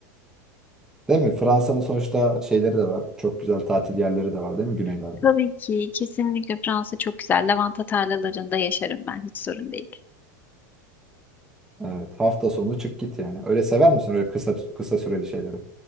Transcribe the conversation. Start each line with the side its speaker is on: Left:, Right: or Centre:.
Centre: Değil mi? Fransa'nın sonuçta şeyleri de var. Çok güzel tatil yerleri de var değil mi güneylerde?
Left: <laughs> Tabii ki, kesinlikle Fransa çok güzel. Lavanta tarlalarında yaşarım ben, hiç sorun değil.
Centre: Evet. Hafta sonu çık git yani. Öyle sever misin öyle kısa kısa süreli şeyleri?